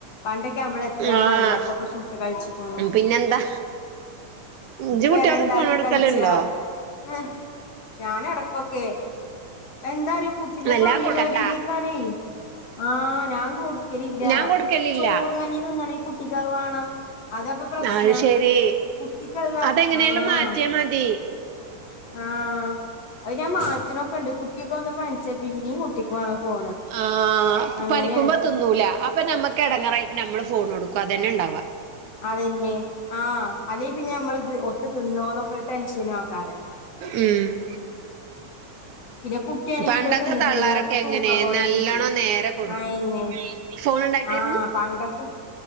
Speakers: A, on the left; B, on the right.
A: പണ്ടൊക്കെ നമ്മള എത്ര
B: ആഹ്
A: മണ്ണപ്പൊക്കെ ചുട്ട് കഴിച്ച് ക്ക്ണു
B: പിന്നെന്താ ഇജ്ജ്
A: പെരണ്ടാക്കി
B: കുട്ടികൾക്ക് ഫോൺ കൊടുക്കലുണ്ടോ
A: കൾച്ച ഹ് ഞൻ ഇടക്കൊക്കെ എന്താറിയോ കു പിന്നെ
B: വല്ലാ
A: കണ്ണ്കെടേരയികാരെ
B: കൊടുക്കണ്ട
A: ആഹ് ഞാൻ കൊടുക്കലില്ല
B: ഞാൻ കൊടുക്കലില്ല
A: ചോറും കഞ്ഞി തിന്നണേ കുട്ടിക്ക് അത് വേണം അതപ്പൊ പ്രശ്നം
B: അത് ശരി
A: കുട്ടിക്ക്
B: അതെങ്ങനെലും
A: ആഹ്
B: മാറ്റിയാ മതി
A: ആഹ് അത് ഞാൻ മാറ്റ്ണൊക്കെ ഇണ്ട് കുട്ടിയൊക്കെ ഒന്ന് പനിച്ചെ പിന്നേം കുട്ടിയക്ക് വേണം ഫോണ്
B: ആഹ്
A: അങ്ങനെയാണ്
B: പനിക്കുമ്പോ തിന്ന് ന്നൂല അപ്പൊ ഞമ്മക്ക് എടങ്ങാറായിട്ട് നമ്മള് ഫോൺ കൊടുക്കും അതന്നെ ഇണ്ടാവാ
A: അതന്നെ ആഹ് അല്ലെ പിന്നെ നമ്മള് ഇത് ഒട്ട് തിന്നോന്നൊക്കെ ഇട്ട് ടെൻഷനു ആയ്ക്കാരം
B: ഉം
A: പിന്നെ കുട്ടിയാണെങ്കിലോ
B: പണ്ടത്തെ
A: തിന്നിട്ടില്ലെങ്കി
B: തള്ളാരൊക്കെ
A: അപ്പൊ തൂക്കം
B: എങ്ങനെ
A: കൊറെയും
B: നല്ലോണം
A: ചെയ്യും
B: നേരെ കൊടുക്കും
A: അതെന്നെ
B: ഫോൺ ഉണ്ടായിട്ടായിരുന്നു
A: ആഹ് പണ്ടത്തെ